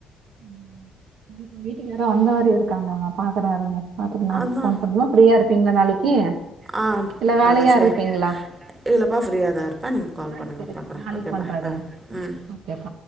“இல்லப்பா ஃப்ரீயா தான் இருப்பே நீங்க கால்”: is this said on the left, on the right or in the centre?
Right